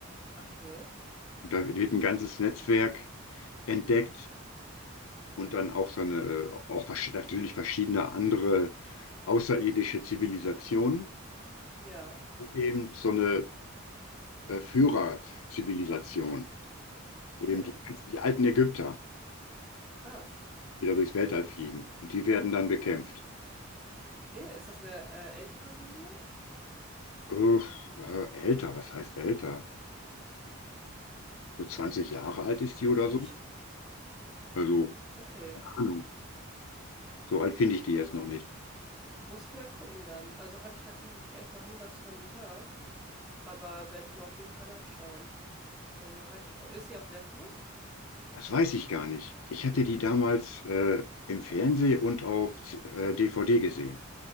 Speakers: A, in the centre; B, on the left.
A: Okay.
B: Und da wird ein ganzes Netzwerk entdeckt und dann auch so eine, äh, auch versch- natürlich verschiedene andere außerirdische Zivilisationen
A: Ja,
B: und eben so eine äh, Führerzivilisation,
A: okay.
B: eben die, ganzen- die alten Ägypter,
A: Krass.
B: die da durchs Weltall fliegen und die werden dann bekämpft.
A: Okay, ist das eine äh, ältere Serie?
B: Uff, äh, älter, was heißt älter? So 20 Jahre alt ist
A: Weiß
B: die oder
A: ich nicht.
B: so? Also,
A: Okay,
B: keine Ahnung, so alt finde ich die jetzt noch nicht.
A: muss ich mal gucken dann. Also habe ich tatsächlich echt noch nie was von gehört, aber werde ich mal auf jeden Fall nachschauen. Äh, mal reinschauen. Ist sie auf Netflix?
B: Das weiß ich gar nicht. Ich hatte die damals äh, im Fernsehen und auf äh, DVD gesehen.